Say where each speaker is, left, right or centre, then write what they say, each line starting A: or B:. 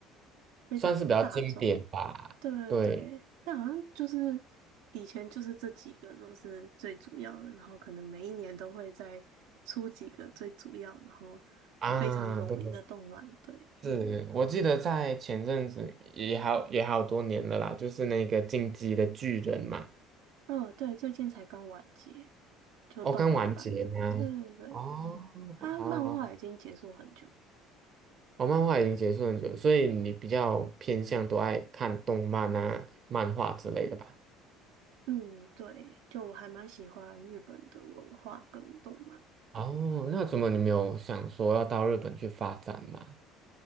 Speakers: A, on the right; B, on the right.
A: 非常大众，
B: 算是比较经典吧，
A: 对对对，
B: 对
A: 但好像就是以前就是这几个都是最主要的，然后可能每一年都会再出几个最主要，然后
B: 啊，
A: 非常有名的动漫，
B: 对。
A: 对，
B: 是我记得在前阵子也好也好多年了啦，就是那个《进击的巨人》嘛，
A: 嗯对，最近才刚完结，就动画版的，
B: 哦，刚完结吗？
A: 对对对，
B: 哦，
A: 它漫画已经结束很久。
B: 好好好，哦，漫画已经结束很久所以你比较偏向都爱看动漫啊、漫画之类的吧？
A: 嗯，对，就我还蛮喜欢日本的文化跟动漫。
B: 哦，那怎么你没有想说要到日本去发展嘛？